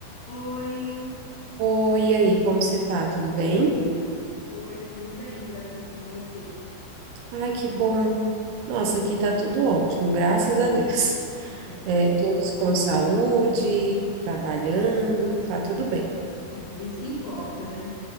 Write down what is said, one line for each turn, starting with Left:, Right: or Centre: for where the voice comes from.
Left: Oi,
Right: Oi, e aí, como você tá? Tudo bem?
Left: oi, tá tudo bem por aqui com você?
Right: Ai, que bom. Nossa, aqui tá tudo ótimo, graças a Deus.
Left: Hum,
Right: É, todos com saúde, trabalhando, tá tudo bem.
Left: É isso que importa, né?